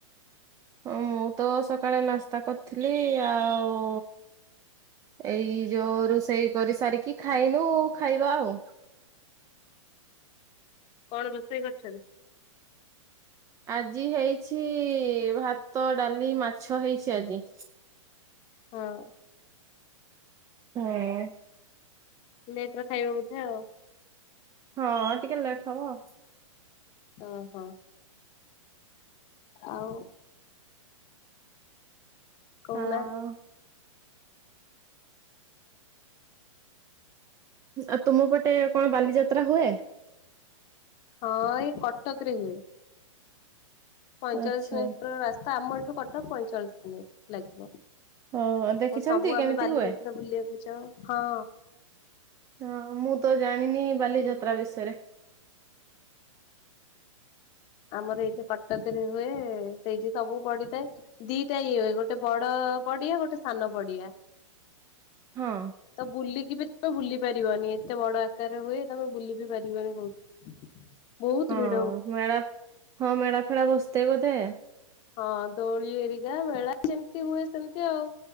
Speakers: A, on the right; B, on the left.
A: ହ ମୁଁ ତ ସକାଳେ ନାସ୍ତା କରିଥିଲି ଆଉ। ଏଇ ଯୋଉ ରୋଷେଇ କରି ସାରିକି ଖାଇନୁ ଆଉ ଖାଇବା ଆଉ।
B: କଣ ରୋଷେଇ କରିଛନ୍ତି?
A: ଆଜି ହେଇଛି ଭାତ ଡାଲି ମା ଛ ହେଇଛି ଆଜି।
B: ହଁ।
A: ହଁ।
B: ନେ ଏଇଥର ଖାଇବ ବୋଧେ ଆଉ।
A: ହଁ ଟିକେ ଲେଟ୍ ହବ।
B: ଓହୋ ଆଉ କହୁନା।
A: ଆଉ ଆଉ ତୁମ ପଟେ କଣ ବାଲିଯାତ୍ରା ହୁଏ।
B: ହଁ ଏଇ କଟକ ରେ ହୁଏ। ପଇଁଚାଳିଶ
A: ଆଚ୍ଛା
B: ମିନିଟ୍ ର ରାସ୍ତା। ଆମ ଏଠୁ କଟକ ପଇଁଚାଳିଶ ମିନିଟ୍ ଲାଗିବ।
A: ହଁ ଦେଖିଛନ୍ତି
B: ତ ସବୁ ଆମେ
A: କେମିତି
B: ବାଲିଯାତ୍ରା
A: ହୁଏ?
B: ବୁଲିବାକୁ ଯାଉ ହଁ।
A: ହଁ ମୁଁ ତ ଜାଣିନି ବାଲିଯାତ୍ରା ବିଷୟରେ।
B: ଆମର ଏଇଠି କଟକରେ ହୁଏ। ସେଇଠି ସବୁ ପଡିଥାଏ। ଦିଟା ଇଏ ହୁଏ। ଗୋଟେ ବଡ ପଡିଆ। ଗୋଟେ ସାନ ପଡିଆ।
A: ହଁ
B: ତ ବୁଲିକି ବି ତ ବୁଲି ପାରିବନି ଏତେ ବଡ ଆକାରରେ ହୁଏ। ତମେ ବୁଲି ବି ପାରିବନି କୋଉଠି। କୋ ବହୁତ ଭିଡ୍‌
A: ହଁ ମେଳା ହଁ ମେଳା ଫେଳା ବସିଥାଏ ବୋଧେ।
B: ହଁ ଦୋଳି ଏରିକା ମେଳା ଯେମିତି ହୁଏ ସେମିତି ଆଉ।